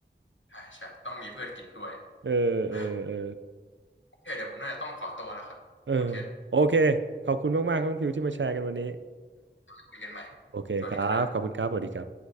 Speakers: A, on the left; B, on the right.
A: ใช่ใช่ต้องมีเพื่อนกินด้วย
B: เออเออเออ
A: อ่ะโอเคเดี๋ยวผมน่าจะต้องขอตัวแล้วครับคุณเคน
B: เออโอเคขอบคุณมากๆครับคุณฟิวที่มาแชร์กันวันนี้
A: คุยกันใหม่
B: โอเคครับขอบคุณครับสวัสดีครับ
A: สวัสดีครับ